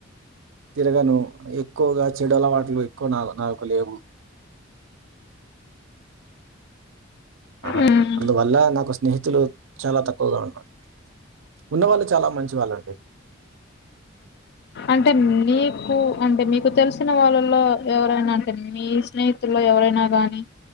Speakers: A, on the right (about 70°); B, on the left (about 55°).
A: తిరగను ఎక్కువగా చెడు అలవాట్లు ఎక్కువ నా నాకు లేవు. ఆఆ
B: ఉమ్
A: అందువల్ల నాకు స్నేహితులు చాలా తక్కువగా ఉన్నారు. ఉన్నవాళ్ళు చాలా మంచి వాళ్ళండి.
B: అంటే మీకు అంటే మీకు తెలిసిన వాళ్ళలో ఎవరైనా అంటే మీ స్నేహి తులో ఎవరైనా గాని